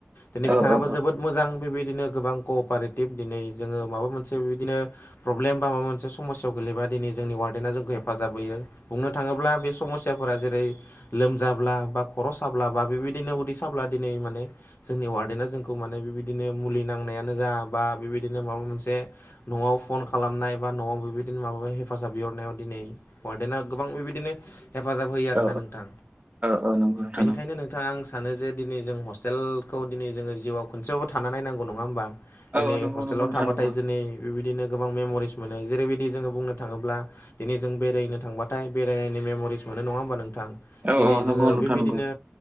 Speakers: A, on the left; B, on the right.
A: दिनै
B: औ
A: बिथाङाबो
B: औ
A: जोबोद मोजां बेबायदिनो गोबां कपारेटिभ दिनै जोङो माबा मोनसे बिदिनो प्रब्लेम बा माबा मोनसे समस्यायाव गो गैबा दिनै जोंनि वार्डेना जोंखौ हेफाजाब होयो। बुंनो थाङोब्ला बे समस्याफोरा जेरै लोमजाब्ला बा खर' साब्ला बा बेबायदि बिदिननो उदै साब्ला दिनै माने जोंनि वार्डेना जोंखौ माने बेबायदिनो मुलि नांनायानो जा बा बेबायदिनो माबा मोनसे न'आव फन खालामनाय बा न'आव बेबायदिनो माबा हेफाजाब बिहरनायाव दिनै हरडेन्टआव गोबां बेबायदिनो हेफाजाब होयो आरोना
B: औ
A: नोंथां।
B: औ नंगौ नोंथां
A: बेनिखायनो
B: नंगौ
A: नोंथाङा आं स सानो जे दिनै जों हस्टेलखौ दिनै जोङो जिउआव खनसेयावबो थानानै नायनांगौ नङा होमबा। दिनै
B: औ नंगौ
A: हस्टेलाव
B: नंगौ नोंथां
A: थाबाथाय
B: नंगौ
A: दिनै बेबायदिनो गोबां मेम'रिस मोनो जेरैबायदि जोङो बुंनो थाङोब्ला दिनै जों बेरायनो थांबाथाय बेरायनायनि मेमरिस मोनो नङा होमबा नोंथां।
B: औ
A: दिनै
B: औ
A: जोङो
B: नंगौ नोंथां
A: बेबायदिनो
B: नंगौ